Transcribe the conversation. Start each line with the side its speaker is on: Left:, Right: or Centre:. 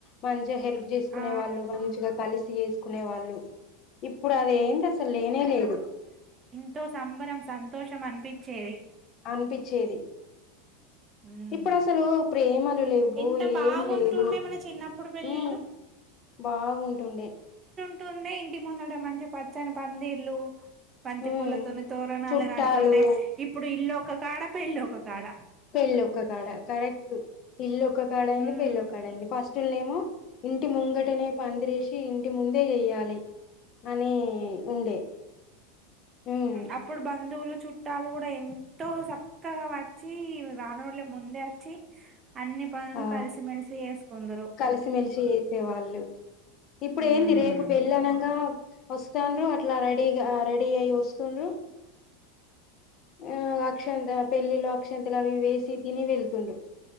Left: మం చిగా హెల్ప్ చేసుకునే
Right: ఆ
Left: వాళ్ళు మంచిగా కలిస్ చేసుకునే వాళ్ళు ఇప్పుడు అది ఎంది అసలు లేనే లేదు
Right: ంతో సంబరం సంతోషం అ నిపించ్చేది
Left: అనిపించేది
Right: ఉమ్
Left: ఇప్పుడు అసలు ప్రేమలు లేవ్వు
Right: ఎంత బాగుంటుండే
Left: ఏం లేదు
Right: మన చిన్నప్పుడు పెళ్ళిళ్ళు
Left: ఉం బాగుంటుండే
Right: ట్టుంది ఇంటి ముందుట మంచి పచ్చని పందిర్లు బంతి
Left: ఉమ్
Right: పూలతోని తోరణాలు
Left: చుట్టాలు
Right: కాడుతుండే ఇప్పుడు ఇల్లుొ ఒక కాడ పెళ్ళొ ఒక కాడ
Left: పెళ్లి ఒక కాడ కరెక్ట్ ఇల్లు ఒ క్క కాడ అయింది
Right: ఉమ్
Left: పెళ్లి ఒక కాడ అయింది ఫష్ ట్ ల్నిమో ఇంటి ముంగటనే పందిరేసి ఇంటి ముందే చెయాలి అని ఉండే హ్మ్.
Right: అప్పుడు బందువులు చు ట్టాలు కూడా ఎంతో చక్కగా వచ్చి రాన వాళ్ళ ముందే వచ్చి అన్ని పనులు
Left: ఆ
Right: కలిసిమెలిసి చేసుకుందురు
Left: కలిసిమెలిసి వసే వాళ్ళు ఇప్పుడు
Right: ఉమ్
Left: ఏంది రేపు పెళ్ళనంగా వస్తండ్రు అట్లా రై ఇగ రెడీ అయి వస్తు స్తుండ్రు ఆ అక్షంత పెళ్ళిళ అక్షంతలు అవి వేసి తిని వెళ్తుండ్రు